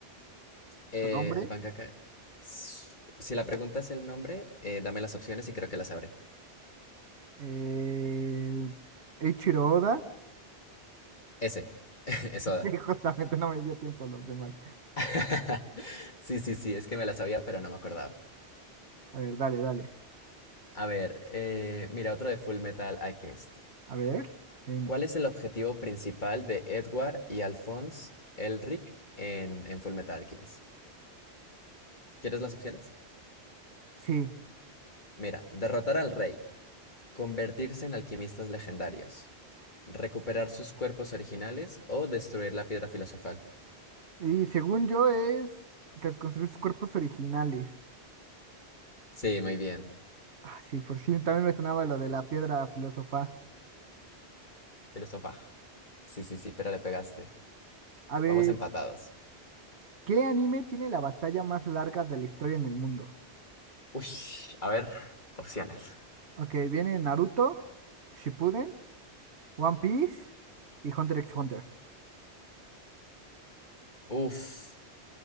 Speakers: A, on the left; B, on the right.
A: Eh,
B: Su nombre.
A: el mangaka. s- Si la pregunta es el nombre, eh, dame las opciones y creo que las sabré.
B: Eh, Eiichiro Oda. <laughs>
A: Ese, <laughs> es Oda.
B: Sí, justamente no me dio tiempo los demás.
A: <laughs> Sí, sí, sí, es que me la sabía, pero no me acordaba.
B: A ver, dale, dale.
A: A ver, eh, mira otro de Full Metal Alchemist.
B: A ver, viene.
A: ¿Cuál es el objetivo principal de Edward y Alphonse Elric en, en Full Metal Alchemist? ¿Quieres las opciones?
B: Sí.
A: Mira, derrotar al rey, convertirse en alquimistas legendarios, recuperar sus cuerpos originales o destruir la piedra filosofal.
B: Y según yo es reconstruir sus cuerpos originales.
A: Sí, muy bien.
B: Ah, sí, por si también me sonaba lo de la piedra filósofa.
A: Filósofa. Sí, sí, sí, pero le pegaste.
B: A ver,
A: Vamos empatados.
B: ¿qué anime tiene la batalla más larga de la historia en el mundo?
A: Uy, a ver, opciones.
B: Ok, viene Naruto, Shippuden, One Piece y Hunter x Hunter.
A: Uf,